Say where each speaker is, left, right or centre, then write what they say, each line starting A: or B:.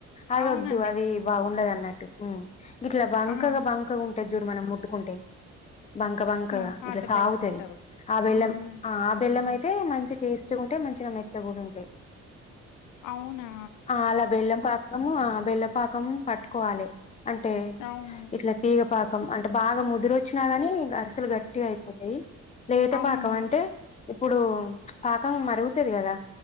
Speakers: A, on the left; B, on the left.
A: అదొద్దు
B: అవునండి
A: అది బాగుండద ఉన్నట్టు హ్ ఇట్ల బంకగా
B: ఆహా
A: బంకగ ఉం ది జూడు మనం ముట్టుకుంటే బంక బం చిక్కగా
B: అవును పాత
A: ఇట్ల సాగుతది
B: బెల్లం అంటారు
A: ఆ బెల్లం
B: మ్మ్
A: ఆ బెల్లం అయి తే మంచి టేస్ట్ మంచిగుంటయి మంచిగా మెత్త గుడా ఉంటయి
B: అవునా
A: ఆ అలా బెల్లం పాకం బెల్ల పాకం పట్ కోవాలె అంటే
B: అవును
A: ఇట్లా తీగపాకం అంటే బాగా ముదురొచ్చినా గాని గ అసల్ గట్టిగయిపోతయి. లేత
B: అవును
A: పాకం అంటే ఇప్పుడూ పాకం మరుగుతది కదా